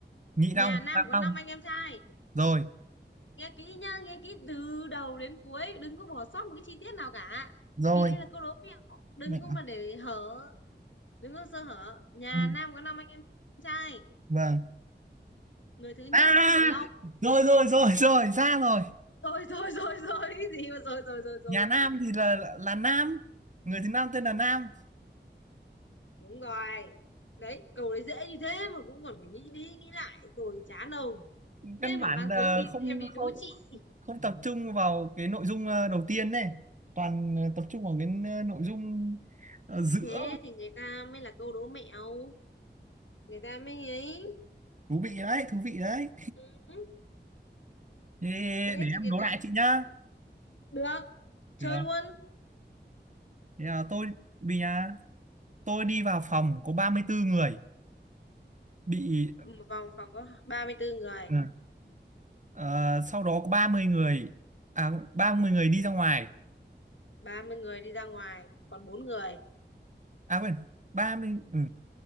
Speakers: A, on the right; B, on the left.
A: Nhị Long
B: nhà nam
A: Tam
B: có
A: Long
B: năm anh em trai
A: rồi
B: nghe kỹ nhá nghe kỹ từ đầu đến cuối đừng có bỏ sót một cái chi tiết nào cả
A: rồi
B: vì đây là câu đố mẹo đừng
A: mẹ
B: có mà để hở đừng có sơ hở nhà
A: ừ,
B: Nam có năm anh em trai
A: vâng
B: người thứ nhất
A: à
B: tên là Long
A: rồi rồi rồi rồi ra rồi
B: rồi rồi rồi rồi cái gì mà rồi rồi rồi rồi
A: nhà Nam thì là là Nam người thứ Nam tên là Nam
B: đúng rồi đấy câu đấy dễ như thế mà cũng còn phải nghĩ đi nghĩ lại rồi chán ông
A: căn
B: thế
A: bản
B: mà mang
A: là
B: tiếng đi
A: không
B: em đi đố
A: không
B: chị
A: không tập trung vào cái nội dung ờ, đầu tiên này toàn ờ, tập trung vào cái ờ, nội dung ờ, giữa
B: thế thì người ta mới là câu đố mẹo người ta mới ấy
A: thú vị đấy thú vị đấy
B: ừ,
A: Thế
B: thế
A: để
B: thì
A: em
B: người
A: đố
B: ta
A: lại chị nhá
B: được chơi
A: được
B: luôn
A: thế là tôi vì nhà tôi đi vào phòng có 34 người bị
B: Ừ, vòng phòng có 34 người
A: Ừ. ờ, sau đó có 30 người à 30 người đi ra ngoài
B: 30 người đi ra ngoài còn bốn người
A: à quên ba mươi ừ,